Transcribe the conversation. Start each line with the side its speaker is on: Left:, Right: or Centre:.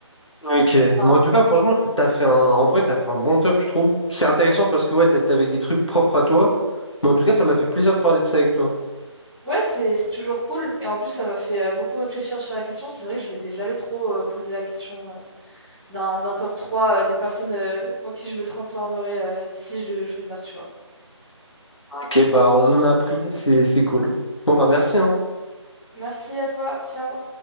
Left: Ok, mais
Centre: Enfin,
Left: en tout cas, franchement, t- t'as fait un... en vrai, t'as fait un bon top, je trouve. C'est intéressant parce que ouais, t'es t'es avec des trucs propres à toi. Mais en tout cas, ça m'a fait plaisir de parler de ça avec toi.
Centre: ouais, c'est c'est toujours cool. Et en plus, ça m'a fait euh, beaucoup réfléchir sur la question. C'est vrai que je m'étais jamais trop euh, posé la question euh, d'un, d'un top 3 euh, des personnes euh, en qui je me transformerais euh, si je devais choisir, tu vois.
Left: Ok, bah on en a appris, c'est c'est cool. Bon bah merci, hein.
Centre: Merci à toi, ciao.